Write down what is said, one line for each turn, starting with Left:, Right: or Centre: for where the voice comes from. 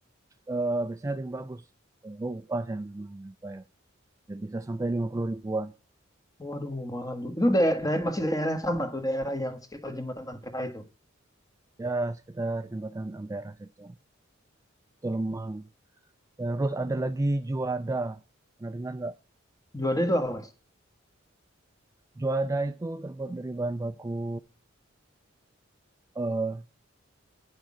Right: eh, biasanya ada yang bagus. Oh, upas yang namanya apa ya? Ya, bisa sampai lima puluh ribuan.
Left: Waduh, malu. Itu daer- daer- masih daerah yang sama tuh, daerah yang sekitar jembatan Ampera itu.
Right: Ya sekitar jembatan Ampera situ. Itu lemang. Terus ada lagi juada. Pernah dengar nggak?
Left: Juanda itu apa, Mas?
Right: Juada itu terbuat dari bahan baku eh,